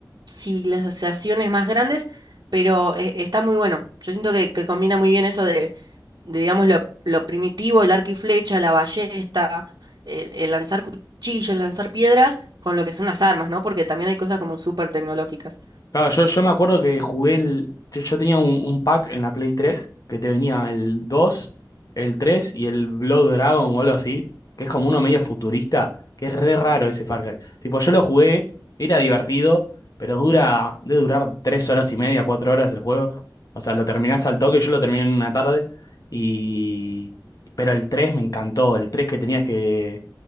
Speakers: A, on the right; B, on the left.
A: civilizaciones más grandes, pero eh, está muy bueno. Yo siento que, que combina muy bien eso de, de, digamos, lo, lo primitivo, el arco y flecha, la ballesta, el, el lanzar cuchillos, lanzar piedras, con lo que son las armas, ¿no? Porque también hay cosas como súper tecnológicas.
B: Claro, yo, yo me acuerdo que jugué el. Yo yo tenía un, un pack en la Play 3 que te venía el 2, el 3 y el Blood Dragon o algo así, que es como uno medio futurista, que es re raro ese Far Cry. Tipo, yo lo jugué, era divertido, pero dura, debe durar 3 horas y media, 4 horas el juego. O sea, lo terminás al toque, yo lo terminé en una tarde. Y. Pero el 3 me encantó, el 3 que tenías que.